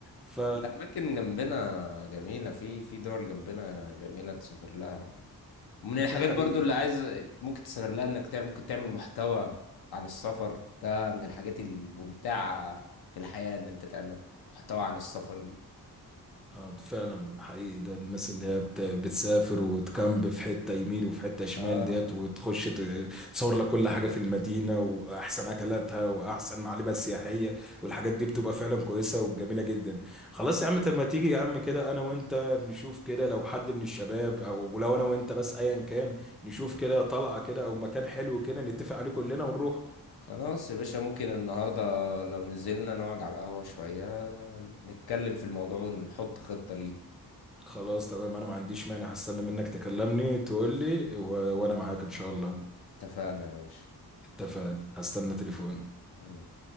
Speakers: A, in the centre; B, on the left.
A: ف
B: الأماكن جنبنا جميلة في في دول جنبنا جميلة تسافر لها من الحاجات
A: ده حقيقي
B: برضو اللي عايز ممكن تسافر لها إنك تع- ممكن تعمل محتوى عن السفر ده من الحاجات الممتعة في الحياة إن أنت تعمل محتوى عن السفر دي
A: اه ده فعلا حقيقي ده الناس اللي هي بت- بتسافر وتكامب في حتة يمين وفي حتة شمال
B: آه
A: ديت وتخش ت- تصور لك كل حاجة في المدينة وأحسن أكلاتها وأحسن معالمها السياحية والحاجات دي بتبقى فعلا كويسة وجميلة جدا خلاص يا عم طب ما تيجي يا عم كده أنا وأنت نشوف كده لو حد من الشباب أو لو أنا وأنت بس أيا كان نشوف كده طلعة كده أو مكان حلو كده نتفق عليه كلنا ونروح
B: خلاص يا باشا ممكن النهاردة لو نزلنا نقعد على القهوة شوية نتكلم في الموضوع ونحط خطة ليه
A: خلاص تمام أنا ما عنديش مانع هستنى منك تكلمني تقول لي و... وأنا معاك إن شاء الله
B: اتفقنا يا باشا
A: اتفقنا هستنى تليفون
B: تمام.